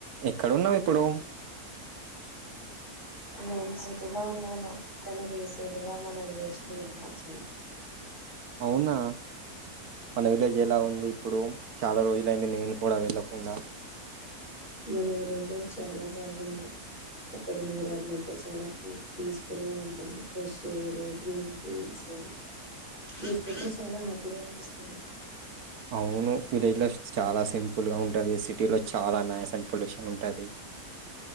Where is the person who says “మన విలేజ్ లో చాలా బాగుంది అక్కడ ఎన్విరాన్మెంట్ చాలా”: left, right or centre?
Left